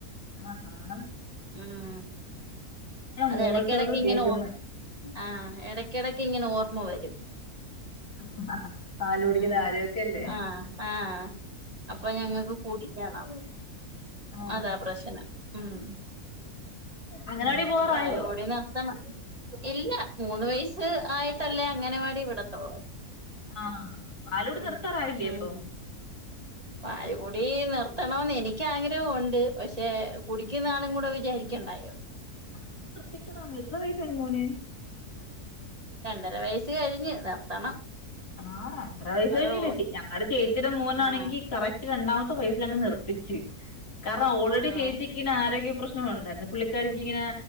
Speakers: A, on the left (about 90°); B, on the right (about 25°).
A: ആഹ്ഹാ
B: ഉം. അതെടയ്ക്കിടയ്ക്കിങ്ങനെ
A: മൂളക്കമൊക്കെ കേക്കുന്ന്
B: ഓർ ആ എടക്കെടക്കിങ്ങനെ ഇങ്ങനെ ഓർ മ്മ വരും
A: <unintelligible>
B: ഉം
A: കാര്യമൊക്കെ അല്ലേ
B: ആ. ആ അപ്പൊ. ഞങ്ങക്ക് കൂടിക്കണം
A: ആഹ്
B: അതാ പ്രശ്നം. മ്മ്
A: അങ്ങനവാടി
B: മ്മ്.
A: പോവാറായോ
B: പാൽകുടി. നിർത്തണം. ഇല്ല മൂന്ന്. വയസ്സ്. ആയിട്ടല്ലേ അങ്ങനെവാടി ഇവിടത്തോളൂ
A: ആഹ് പാലുകുടി
B: ഉ
A: നിർത്താറായില്ലേ
B: ഉ
A: അപ്പം
B: പാൽ കൂടി <unintelligible> കുടി. നിർതണോന്ന്. എനിക്ക ആഗ്രഹോണ്ട്. പഷേ. കുടിക്കുന്ന ആളും കൂടെ വിചാരിക്കണ്ടായോ
A: അ നിർത്തിക്കണ. എത്ര വയസായി മോൻ
B: രണ്ടര. വയസ്സ്. കഴിഞ്ഞ്. നിർത്തണം
A: ആ രണ്ടര. വയസ്സ്
B: അതോ
A: കഴിഞ്ഞിലേ. ഞങ്ങടെ ചേച്ചിടെ. മോനാണെങ്കി
B: ആഹ്
A: കറക്റ്റ് രണ്ടാമത്തെ വയൽ അങ്ങ് നിർത്തിച്. കാരണം. ഓൾറെഡി
B: ആഹ്
A: ചേച്ചിക്ക്. ന. ആരോഗ്യ പ്രശ്നംഉണ്ട <unintelligible> പുള്ളികാരിക്. ഇങ്ങനെ.